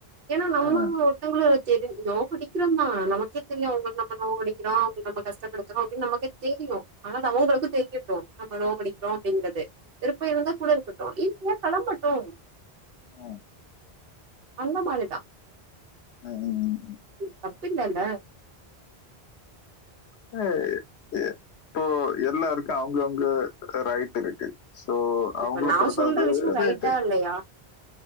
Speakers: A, on the right; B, on the left.
A: ஏன்னா நம்ம
B: ம்,
A: ஒருத்தவங்கள தெரியும நோவ அடிக்கிறோமா நமக்கே தெரியு அவங்கள நம்ம நோவ அடிக்கிறோ அவங்க நம கஷ்டப்படுத்துறோ அப்டின்னு நமக்கு தெரியும் ஆனாலு அவங்களுக்கு தெரியட்டும் நம்ம நோகடிக்கிறோ அப்டிங்கறது விருப்ப இருந்தா கூட இருக்கட்டு இல்லயா கெளம்பட்டு
B: ம்,
A: அந்த மாரிதான்
B: அ ம் ம்
A: இது தப்பில்லல
B: <unintelligible> போ எல்லாருக்கு அவங்கவுங்க ரைட் இருக்கு சோ அவங்கள
A: இப்ப நா
B: பொறுத்தது
A: சொல்ற விஷயோ ரைட்டா
B: ரைட்டு
A: இல்லையா